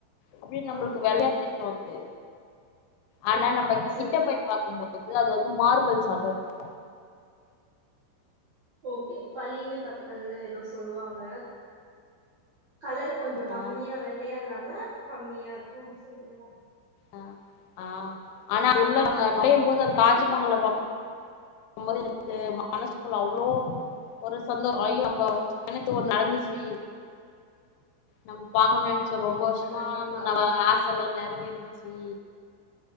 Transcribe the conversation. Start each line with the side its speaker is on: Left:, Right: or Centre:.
Left: அப்புடியே நம்புளுக்
Right: ஆ
Left: க்கு
Right: ஆ
Left: வெள்ளையா <unintelligible> து ஆனா
Right: ம்
Left: நம்ப
Right: செரி
Left: கிட்ட போய் பாக்கும்போது இல்ல அது வந்து மார்புல்ஸாட்டோ இருக்கு
Right: ஓகே பளிங்கு கற்கள்லே ஏதோ சொல்லுவாங்க கலரு கொஞ்சோ கம்மியா
Left: ஆ
Right: வெள்ளையா இல்லாம கம்மியா இருக்கும் சொல்றீங்ளா
Left: அ ஆ ஆனா அது உள்ள நம்ம நுழையும் போது அது
Right: எனக்கு
Left: தாஜ்மஹல்ல பாக்கும் ம் போது எனக்கு மனசுக்குள்ள அவ்வுளோ ஒரு சந்தோஷம் அய்யோ நம்போ நனச்சு ஒன்னு நடந்துச்சு நம் பாக்கணும் நனச்ச ரொம்ப வருஷமா
Right: கண்டிப்பா
Left: நம்ப
Right: ஆமா
Left: ஆச இல நெறவேறிர்ச்சி